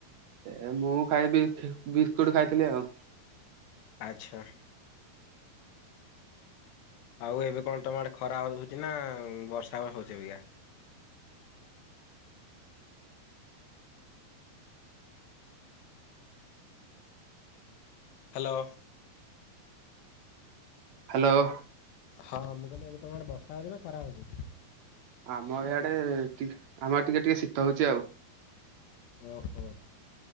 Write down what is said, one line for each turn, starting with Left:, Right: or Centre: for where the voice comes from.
Right: ଏ ମୁଁ ଖାଇବି ବିସ୍କୁଟ ଖାଇଥିଲି ଆଉ।
Left: ଆଚ୍ଛା। ଆଉ ଏବେ କଣ ତମ ଆଡେ ଖରା ହଉଚି ନା, ବର୍ଷା ହେଉଛି ଅବିକା? ହାଲୋ।
Right: ହାଲୋ।
Left: ହଁ ମୁଁ କଇଲି ଏବେ ତମ ଆଡେ ବର୍ଷା ହଉଚି ନା ଖରା ହଉଚି?
Right: ଆମ ଇଆଡେେ ଟି ଆମ ଇଆ ଟିକେ ଟିକେ ଶୀତ ହଉଛି ଆଉ।
Left: ଓହୋ।